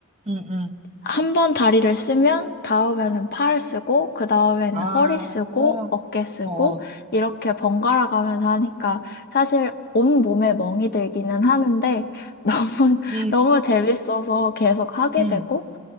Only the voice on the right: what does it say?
응, 응,
아,
어, 어,
음,
응.